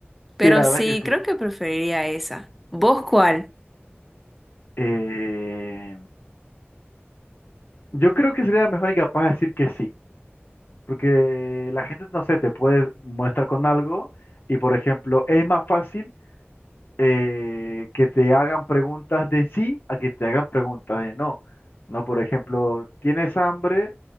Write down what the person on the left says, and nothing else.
Sí, la
verdad que sí.
Eh, yo creo que sería mejor incapaz de decir que sí. Porque la gente, no sé, te puede molestar con algo y, por ejemplo, es más fácil eh, que te hagan preguntas de sí a que te hagan preguntas de no. No, por ejemplo, ¿tienes hambre